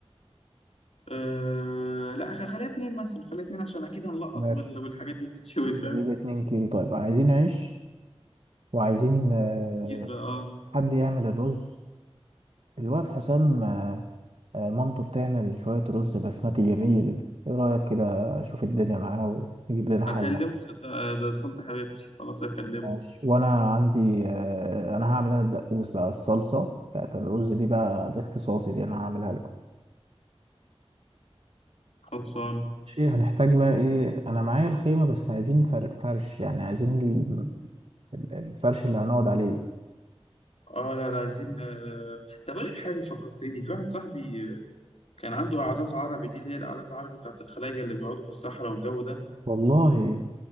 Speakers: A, on the left (about 75°); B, on the right (about 65°).
A: أه لا خ- خليها اتنين مثلا خليها اتنين عشان اكيد هنلقط
B: ماشي
A: وال- والحاجات دي بتتشوي فاهم
B: نجيب اتنين كيلو طيب عايزين عيش وعايزين آه،
A: اكيد بقى اه
B: حد يعمل الرز الواد حسام آه، آه، مامته بتعمل شوية رز بسمتي جميل ايه رأيك كده اشوف الدنيا معاه ويجيب لنا حلة
A: اكلمه صدق آه، ده طنط حبيبتي خلاص اكلمه
B: ماشي وانا عندي آه، انا هعمل انا الدقوس بقى الصلصة بتاعت الرز دي بقى ده اختصاصي دي انا هعملها لكم
A: خلصان
B: ماشي هنحتاج بقى ايه انا معايا الخيمة بس عايزين فر- فرش يعني عايزين ال- الفرش اللي هنقعد عليه
A: اه لا لا عايزين آه، طب اقول لك حاجه فكرتني في واحد صاحبي آه، كان عنده قعدات عربي دي اللي هي القعدات العربي بتاعت الخلايجه اللي بيقعدوا في الصحراء والجو ده
B: والله